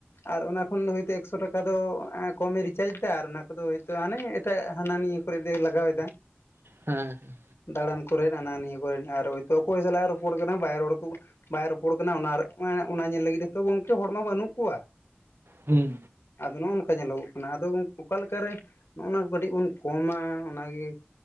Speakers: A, on the left; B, on the right.
A: ᱟᱨ ᱚᱱᱟ ᱠᱷᱚᱱ ᱫᱚ ᱦᱚᱭᱛᱳ ᱮᱠᱥᱚ ᱴᱟᱠᱟ ᱫᱚ ᱠᱚᱢᱮ ᱨᱤᱪᱟᱨᱡᱽᱫᱟ ᱟᱨ ᱚᱱᱟ ᱠᱚᱫᱚ ᱦᱚᱭᱛᱳ ᱦᱟᱱᱮ ᱮᱴᱟᱜ ᱦᱟᱱᱟ ᱱᱤᱭᱟᱹ ᱠᱚᱛᱮᱫ ᱮ ᱞᱟᱜᱟᱣᱫᱟ
B: ᱦᱮᱸ ᱦᱮᱸ
A: ᱫᱟᱬᱟᱱ ᱠᱚᱨᱮ ᱦᱟᱱᱟ ᱱᱤᱭᱟᱹ ᱠᱚᱨᱮ ᱟᱨ ᱦᱚᱭᱛᱳ ᱚᱠᱚᱭ ᱥᱟᱞᱟᱜ ᱨᱚᱯᱚᱲ ᱠᱟᱱᱟ ᱵᱟᱭ ᱨᱚᱲ ᱠᱚ ᱵᱟᱭ ᱨᱚᱯᱚᱲ ᱠᱟᱱᱟ ᱚᱱᱟ ᱚᱱᱟ ᱧᱮᱞ ᱞᱟᱹᱜᱤᱫ ᱦᱚᱛᱚ ᱜᱚᱢᱠᱮ ᱦᱚᱲᱢᱟ ᱵᱟᱹᱱᱩᱜ ᱠᱚᱣᱟ
B: ᱦᱩᱸ
A: ᱟᱫᱚ ᱱᱚᱜ-ᱚ ᱱᱚᱝᱠᱟ ᱧᱮᱞᱚᱜᱚᱜ ᱠᱟᱱᱟ ᱟᱫᱚ <inaudible> ᱚᱠᱟ ᱞᱮᱠᱟᱨᱮ ᱱᱚᱜ-ᱚ ᱱᱚᱣᱟ ᱠᱟᱹᱴᱤᱡ ᱵᱚᱱ ᱠᱚᱢᱟ ᱚᱱᱟᱜᱮ